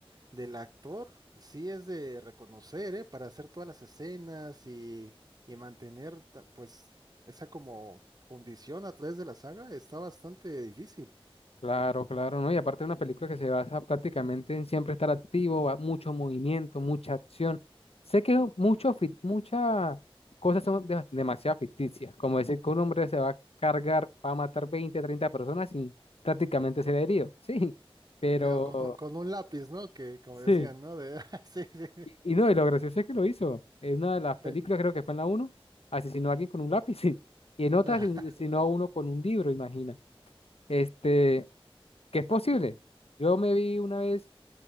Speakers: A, on the right (about 40°); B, on the left (about 85°).
A: del actor sí es de reconocer, ¿eh? Para hacer todas las escenas y, y mantener, ta- pues, esa como condición a través de la saga está bastante difícil.
B: Claro, claro, ¿no? Y aparte de una película que se basa prácticamente en siempre estar activo, va- mucho movimiento, mucha acción. Sé que mucho, fit- muchas cosas son de- demasiado ficticias, como decir que un hombre se va a cargar, va a matar 20, 30 personas y prácticamente se herido, <laughs> sí, pero
A: eh, con, un con un lápiz, ¿no? Que como decían,
B: sí.
A: ¿no? De, <laughs> sí, sí,
B: Y, y no, y lo gracioso es que lo hizo. En una de las
A: sí.
B: películas, creo que fue en la uno asesinó a alguien con un lápiz, <laughs> Y en otra
A: <laughs>
B: asesinó a uno con un libro, imagina. Este, que es posible. Yo me vi una vez